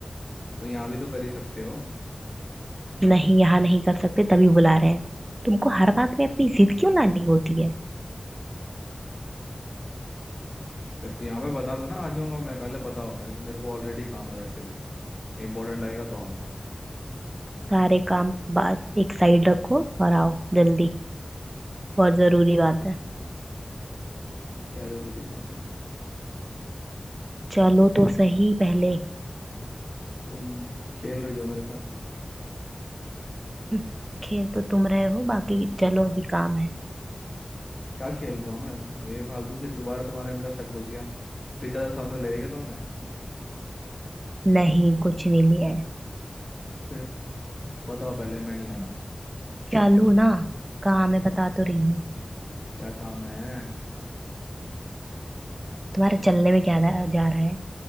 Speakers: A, on the left; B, on the right.
A: तो यहाँ भी तो कर ही सकते हो
B: है नहीं यहाँ नहीं कर सकते तभी बुला रहे हैं तुमको हर बात में अपनी जिद क्यों लानी होती है
A: अरे तो यहाँ पे बता दो ना आ जाऊंगा मैं पहले बताओ मेरे को मेरे को ऑलरेडी काम है वैसे भी इंपॉर्टेंट लगेगा तो आऊँगा
B: सारे काम बात एक साइड रखो और आओ जल्दी बहुत जरूरी बात है
A: क्या ज़रूरी बात है
B: चलो तो सही पहले
A: तुम खेल रही हो मेरे साथ
B: हम्म, खेल तो तुम रहे हो बाकी चलो अभी काम है
A: क्या खेल रहा हूँ मैं ये फालतू फिर दोबारा तुम्हारे अंदर शक घुस गया फिर ज़्यादा सांस ले लेगा तुमने
B: नहीं कुछ नहीं लिया है
A: फिर बताओ पहले मैं नहीं आ
B: तुम
A: रहा
B: चलो ना काम है बता तो रही हूँ
A: क्या काम है
B: तुम्हारा चलने में क्या जा जा रहा है